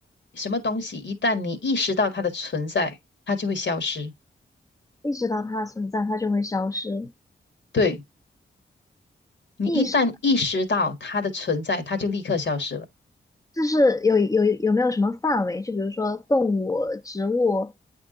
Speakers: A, on the left; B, on the left.
A: 什么东西一旦你意识到它的存在，它就会消失。
B: 意识到它的存在，它就会消失。
A: 对，你一旦意识到它的存在，
B: 意识
A: 它就立刻消失了。
B: 就是有有有没有什么范围？就比如说动物、植物，